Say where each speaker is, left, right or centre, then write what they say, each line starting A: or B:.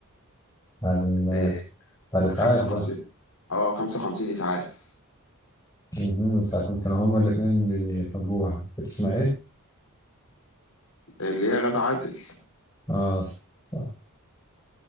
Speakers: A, on the left; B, on the left.
A: بتاع ال-
B: إيه
A: بتاع الاسعاف
B: 55
A: ده
B: اه 55 إسعاف
A: مهم. من ساعة ما كانوا هما الاتنين بيحبوها كانت اسمها ايه
B: اللي هي غادة عادل
A: اه صح صح